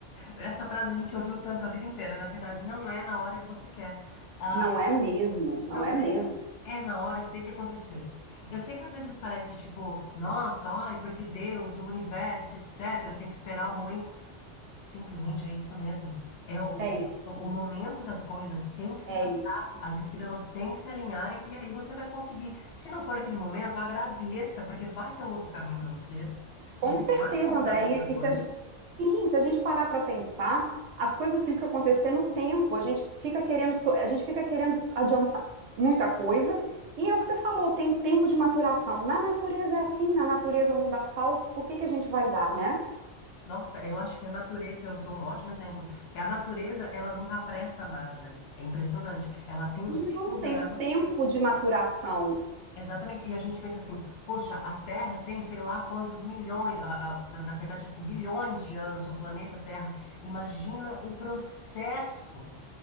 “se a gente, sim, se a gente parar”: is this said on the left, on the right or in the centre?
Right